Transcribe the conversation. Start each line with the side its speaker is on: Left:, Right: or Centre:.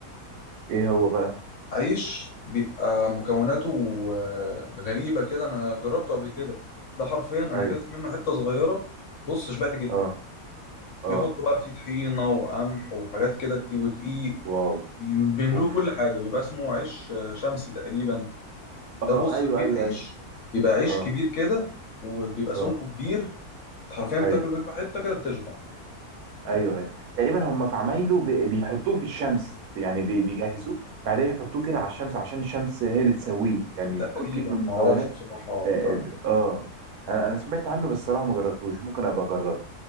Right: ايه هو بقى
Left: عيش بيبقى مكوناته آه، غريبة كده انا جربته قبل كده ده حرفيا انا
Right: ايوه
Left: اكلت منه حتة صغيرة بص شبعت جدا
Right: اه اه
Left: بيحطوا بقى فيه طحينة وقمح وحاجات كده كتير ودقيق
Right: واو
Left: بيملوه
Right: اوف
Left: كل حاجة بيبقى اسمه عيش آه، شمسي تقريبا
Right: اه
Left: ده بص
Right: ايوه
Left: رغيف
Right: ايوه
Left: عيش
Right: ايوه
Left: بيبقى عيش
Right: اه
Left: كبير كده وبيبقى
Right: اه
Left: سمكه كبير انت حرفيا بتاكل
Right: ايوه
Left: منه حتة كده بتشبع
Right: ايوه ايوه تقريبا هم في عمايله بي- بيحطوه في الشمس يعني بي- بيجهزوه بعدين يحطوه كده على الشمس عشان الشمس هي اللي تسويه يعني
Left: تقريبا
Right: بيكون فيه من المكونات
Left: ما اعرفش بصراحه
Right: اه
Left: ده
Right: ب- آه. انا انا سمعت عنه بس الصراحه ما جربتوش ممكن ابقى اجربه